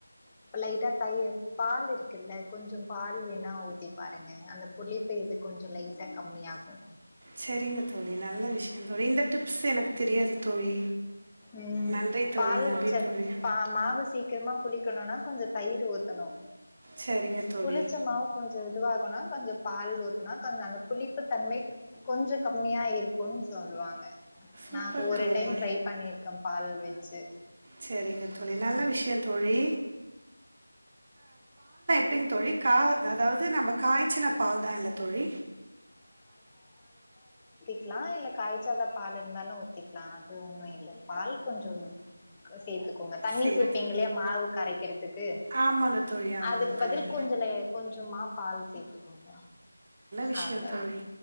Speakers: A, on the left; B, on the right.
A: அப்ப லைட்டா தயி பாலிருக் க்குல்ல கொஞ்சம் பால் வேணா ஊத்தி பாருங்க அந்த புளிப்பு இது கொஞ்சொ லைட்டா கம்மியாகு
B: செரிங்க தோழி நல்ல விஷயொ தோழி இந்த டிப் ப்ஸ் எனக்கு தெரியாது தோழி
A: உம்
B: நன்றி தோழி
A: பால்
B: நன்றி
A: செத்
B: தோழி
A: ப மாவு சீக்கிரமா புளிக்கணுனா கொஞ்சொ தயிரு ஊத் த்தணு
B: சரிங்க தோழி
A: புளிச்ச மாவு கொஞ்சொ இதுவாகுனா கொஞ்சொ பால் ஊத்துனா காங்க அந்த புளிப்பு தன்மை கொஞ்சொ கம்மியா இருக்குன் சொல்லுவாங்க நா
B: சூப்பர்
A: ஒரு
B: தோழி
A: டைம் ட்ரை பண்ணிருக்க பால் வெச்சு
B: சரிங்க தோழி நல்ல விஷயம் தோழி டிங் தோழி கா அதாவ்து நம்ம காய்ச்சின பால் தா இல்ல தோழி
A: க்லா இல்ல காய்ச்சாத பால் இருந்தாலு ஊத்திக் க்லா அது ஒன்னு இல்ல பால் கொஞ்சொ க சேத்து கோங்க தண்ணி
B: சேர்த்து
A: சேப்பீங்க இல்லையா மாவு கரைக்கெற்துக்கு
B: ஆமாங்க தோழி ஆமாங்க
A: அதுக்கு
B: தோழி
A: பதில் கொஞ்சொ லெ கொஞ்சமா பால் சேத்துக்கோங்க
B: விஷ்யொ
A: அவ்ளோதா
B: தோழி